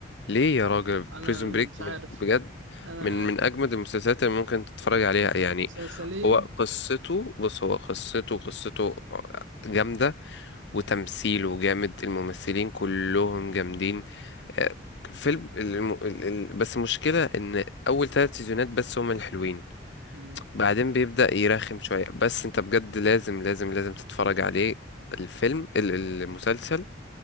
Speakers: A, on the left; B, on the right.
A: ليه يا راجل
B: انا
A: بريزون بريك
B: مش عارف
A: من بجد
B: انا
A: من من اجمد المسلسلات اللي ممكن تتفرج عليها يعني
B: مسلسلين
A: هو قصته بص هو قصته قصته جامدة وتمثيله جامد الممثلين كلهم جامدين آه، الفيلم الم... ال... ال... بس المشكلة إن أول ثلاث سيزونات بس هم الحلوين
B: مم.
A: بعدين بيبدأ يرخم شوية بس أنت بجد لازم لازم لازم تتفرج عليه الفيلم ال- المسلسل